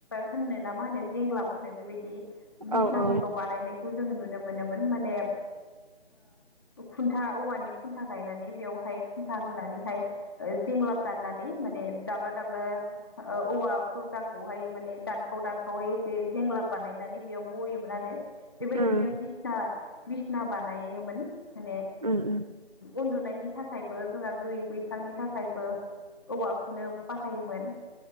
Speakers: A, on the left; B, on the right.
A: होननो ना मा होनो जेंग्लाब होनो बेबायदि बिसनाफोरखौ
B: औ उम औ औ
A: बानायनायो खौ जोङो नुनो मोनोमोन माने। खुन्था औवानि खुन्था गायनानै न' खुन्था होनानैहाय जेंलाब दाननानै माने दाब्ला दाब्ला औवा बुरखाखौहाय माने दानखाव दानखावै एसे जेंलाब बानायनानै बेयाव बनायोमोन आरो। बेबायदिनो
B: उम
A: बिसना बिसना बानायोमोन मानेओ
B: उम उम।
A: उन्दुनायनि थाखाय थाखायबो जोंहा बि बैसांनि थाखायबो औवाखौनो बाहायोमोन।